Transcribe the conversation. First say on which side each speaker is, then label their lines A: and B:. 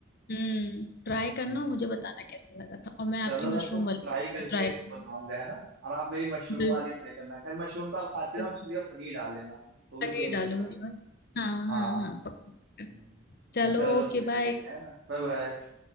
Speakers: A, on the left; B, on the right.
A: हम्म ट्राई
B: हम्म
A: करना और मुझे बताना कैसा लगा था और मैं
B: चलो
A: आपकी मशरूम
B: मैं इसको ट्राई
A: वाली
B: करके
A: ट्राई करूंगी
B: बताऊंगा है ना और आप मेरी मशरूम
A: बिल्कुल
B: वाली ट्राई करना खैर मशरूम तो आप खाते
A: बिल्कुल।
B: हो आप उसकी जगह पनीर डाल लेना वो भी
A: पनीर
B: सेम
A: डालूंगी
B: टेस्ट आएगा
A: मैं हाँ
B: हाँ
A: हाँ हाँ पक्का
B: हम्म।
A: चलो
B: चलो
A: ओके
B: फिर ठीक
A: बाय
B: है ना Bye bye